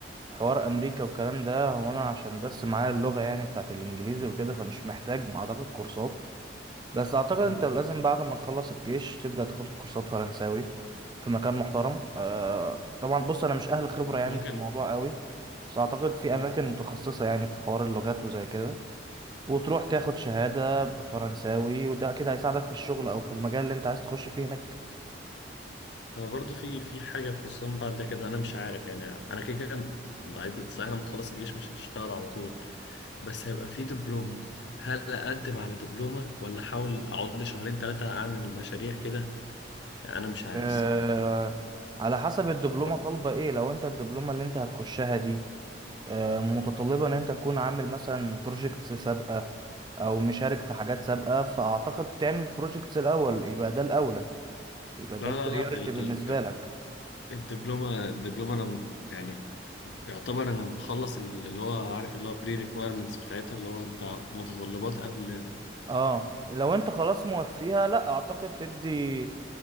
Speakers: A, on the right; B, on the left.
A: حوار أمريكا والكلام ده هو أنا عشان بس معايا اللغة يعني بتاعت الإنجليزي وكده فمش محتاج أعتقد كورسات بس اعتقد انت
B: مم.
A: لازم بعد ما تخلص الجيش تبدأ تاخد كورسات فرنساوي في مكان محترم آه طبعا بص انا مش اهل خبرة
B: ممكن
A: يعني في الموضوع قوي بس اعتقد في
B: مم.
A: اماكن متخصصة يعني في حوار اللغات وزي كده وتروح تاخد شهادة بفرنساوي وده اكيد هيساعدك في الشغل او في المجال اللي انت عايز تخش فيه هناك
B: انا برضو في في حاجه خصوصا بعد ده كده انا مش عارف يعني انا كده كده بعيد- صحيح لما تخلص الجيش مش هتشتغل على طول بس هيبقى في دبلومه هل اقدم على دبلومه ولا احاول اقعد لي شهرين ثلاثه اعمل مشاريع كده يعني انا مش عارف
A: آه
B: الصراحه
A: على حسب الدبلومة
B: بقى.
A: طالبة ايه لو انت الدبلومة اللي انت هتخشها دي آه، متطلبة ان انت تكون عامل مثلا بروجيكتس سابقة او مشارك في حاجات سابقة فاعتقد تعمل بروجيكتس الاول يبقى ده الاولى يبقى ده
B: لا
A: البريوريتي
B: لا لا ال
A: بالنسبة
B: ال
A: لك
B: الدبلومه الدبلومه انا م- يعني يعتبر انا مخلص ال- اللي هو عارف اللي هو بري ريكويرمنتس بتاعتها اللي هو انت متطلبات قبل
A: اه لو انت خلاص موفيها لا اعتقد تدي